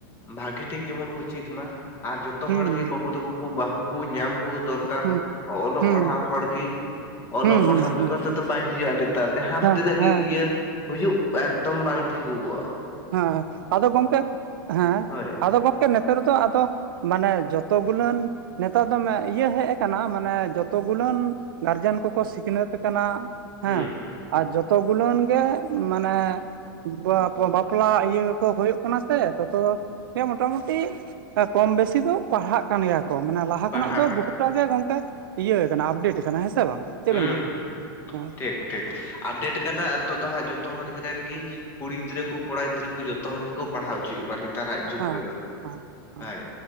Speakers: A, on the left; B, on the right.
A: ᱵᱷᱟᱜᱤ ᱴᱷᱤᱠ ᱡᱮᱢᱚᱱ ᱠᱚ ᱪᱮᱫ ᱢᱟ ᱟᱨ ᱡᱚᱛᱚ
B: ᱦᱩᱸ
A: ᱦᱚᱲᱜᱤ
B: ᱦᱩᱸ
A: ᱵᱟᱹᱵᱩ ᱛᱟᱠᱚ ᱠᱚ ᱵᱟᱹᱦᱩ ᱠᱚ ᱧᱟᱢ ᱠᱚ ᱫᱚᱨᱠᱟᱨ
B: ᱦᱩᱸ ᱦᱩᱸ
A: ᱚᱞᱚᱜ
B: ᱦᱩᱸ
A: ᱯᱟᱲᱦᱟᱜ ᱦᱚᱲ ᱜᱮ ᱚᱞᱚᱜ
B: ᱦᱩᱸ
A: ᱯᱟᱲᱦᱟᱜ
B: ᱦᱩᱸ
A: ᱵᱮᱜᱚᱨ ᱛᱮᱫᱚ
B: ᱦᱩᱸ
A: ᱵᱟᱭ ᱦᱩᱭᱩᱜᱼᱟ ᱱᱮᱛᱟᱨ ᱡᱟᱦᱟᱸ
B: ᱦᱮᱸ
A: ᱛᱤᱱᱟᱹᱜ
B: ᱦᱮᱸ
A: ᱜᱮ ᱤᱭᱟᱹ ᱦᱩᱭᱩᱜ ᱮᱠᱫᱚᱢ ᱵᱟᱝ ᱴᱷᱤᱠᱩᱜᱚᱜᱼᱟ
B: ᱦᱮᱸ ᱟᱫᱚ ᱜᱚᱢᱠᱮ ᱦᱮᱸ
A: ᱦᱳᱭ
B: ᱟᱫᱚ ᱜᱚᱢᱠᱮ ᱱᱮᱛᱟᱨ ᱫᱚ ᱟᱫᱚ ᱢᱟᱱᱮ ᱡᱚᱛ ᱜᱩᱞᱟᱹᱱ ᱱᱮᱛᱟᱨ ᱫᱚ ᱤᱭᱟᱹ ᱦᱮᱡ ᱠᱟᱱᱟ ᱢᱟᱱᱮ ᱡᱚᱛᱚ ᱜᱩᱞᱟᱹᱱ ᱜᱟᱨᱡᱮᱱ ᱠᱚᱠᱚ ᱥᱤᱠᱷᱱᱟᱹᱛ ᱠᱟᱱᱟ ᱦᱮᱸ
A: ᱦᱩᱸ ᱦᱩᱸ
B: ᱟᱨ ᱡᱚᱛ ᱜᱩᱞᱟᱹᱱ ᱜᱮ ᱢᱟᱱᱮ <unintelligible> ᱵᱟᱯᱞᱟ ᱤᱭᱟᱹ ᱠᱚ ᱦᱩᱭᱩᱜ ᱠᱟᱱᱟ ᱥᱮ ᱛᱚᱛᱚ ᱦᱮᱸ ᱢᱚᱴᱟᱢᱩᱴᱤ ᱠᱚᱢ ᱵᱮᱥᱤ ᱫᱚ ᱯᱟᱲᱦᱟᱜ ᱠᱟᱱ ᱜᱮᱭᱟ ᱠᱚ ᱢᱟᱱᱮ ᱞᱟᱦ ᱞᱟᱦᱟ
A: ᱯᱟᱲᱦᱟᱜ
B: ᱠᱷᱚᱱᱟᱜ ᱫᱚ
A: ᱠᱟᱱᱟ
B: ᱵᱩᱦᱩᱴᱟᱜ ᱜᱮ ᱜᱚᱝᱠᱮ ᱤᱭᱟᱹᱠ ᱟᱯᱰᱮᱴ ᱟᱠᱟᱱᱟ ᱦᱮᱸᱥᱮ ᱵᱟᱝ ᱪᱮᱫ
A: ᱦᱩᱸ
B: ᱵᱮᱱ ᱞᱟᱹᱭᱟ
A: ᱦᱩᱸ
B: ᱦᱮᱸ
A: <unintelligible> ᱟᱯᱰᱮᱴ ᱠᱟᱱᱟ ᱱᱤᱛᱚᱜ ᱫᱚ ᱦᱟᱸᱜ ᱡᱚᱛᱚ ᱦᱚᱲ ᱨᱮᱱ ᱜᱮ ᱠᱩᱲᱤ ᱜᱤᱫᱽᱨᱟᱹ ᱠᱚ ᱠᱚᱲᱟ ᱜᱤᱫᱽᱨᱟᱹ ᱠᱚ ᱡᱚᱛᱚ ᱦᱚᱲ ᱜᱮᱠᱚ ᱯᱟᱲᱦᱟᱣ ᱦᱚᱪᱚᱭᱮᱫ ᱠᱚᱣᱟ ᱱᱮᱛᱟᱨᱟᱜ ᱡᱩᱜᱽ
B: ᱦᱮᱸ
A: ᱨᱮᱫᱚ
B: ᱦᱮᱸ
A: ᱦᱳᱭ